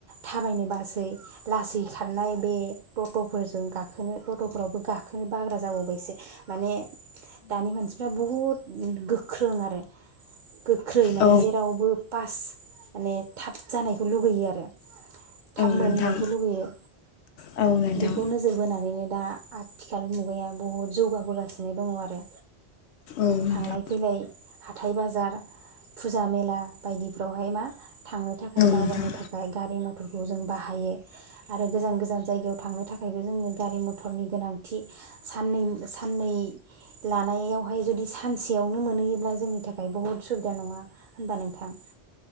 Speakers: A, on the right; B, on the left.
A: थाबायनोबासै लासै खारनाय बे टटफोरजों गाखोनो टटफोरावबो गाखोनो बाग्रा जाबावबायसो माने दानि मानसिफ्रा बहुद गोख्रों आरो गो ख्रै माने
B: औ
A: जेरावबो पास माने थाब जानायखौ लुगैयो आरो थाब
B: नोंथां
A: मोनहैनायखौ लुुबैयो
B: औ नोंथां औ नोंथां औ नोंथां
A: बेखौ नोजोर बोना नै नो दा आथिखाल मुगाया बहुद जौगाबोगासिनो दङ आरो
B: औ
A: थांलाय फैलाय हाथाय बाजार फुजा मेला बायदिफ्रावहाय मा थांनो थाखाय दावबायनो
B: नोंथां
A: थाखाय गारि मथर फोरखौ जों बाहायो आरो गोजान गोजान जायगायाव थांनो थाखायबो जोङो गारि मथरनि गोनांथि साननै- साननै लानायावहाय जुदि सानसेयावनो मोनहैयोब्ला जोंनि थाखाय बहुद सुबिदा नङा होनबा नोंथां?